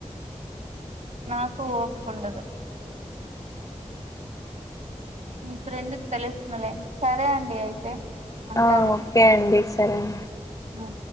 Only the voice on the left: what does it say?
ఆ ఓకే అండి సరేం